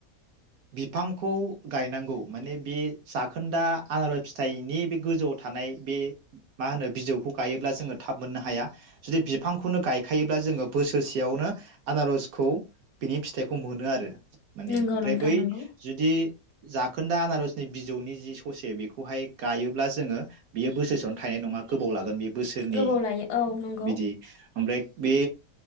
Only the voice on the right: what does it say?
बिफांखौ गायनांगौ माने बे जाखोनदा आनारस फिथाइनि बे गोजौआव थानाय बे मा होनो बिजौखौ गायोब्ला जोङो थाब मोननो हाया जुदि बिफांखौनो गायखायोब्ला जोङो बोसोरसेयावनो आनारसखौ बिनि फिथाइखौ मोनो आरो माने
ओमफ्राय
बै
जुदि जाखोन्दा आनारसनि बिजौनि जि ससे बेखौहाय गायोब्ला जोङो बेयो बोसोरसेयावनो थायनाय नङा गोबाव लागोन बे बोसोरनै
बिदि ओमफ्राय बे